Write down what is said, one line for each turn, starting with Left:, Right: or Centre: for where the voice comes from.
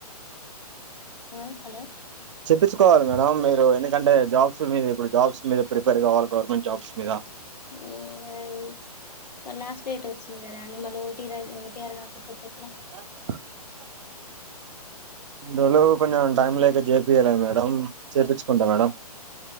Left: ఆ హలో
Right: చెప్పించుకోవాలి మేడం, మీరు ఎందుకంటే జాబ్స్ మీద ఇప్పుడు జాబ్స్ మీద ప్రిపేర్ కావాలి గవర్నమెంట్ జాబ్స్ మీద,
Left: ఊమ్ అయి లాస్ట్ డేట్ వచ్చింది. కదా అండి మళ్ళీ ఓటీఆర్, ఓటీఆర్ కాకపోతే ఏట్
Right: <unintelligible> ఇన్ని రోజులు కొంచెం టైం లేక చేపియలే మేడం చేపిచుకుంటా మేడం, <unintelligible>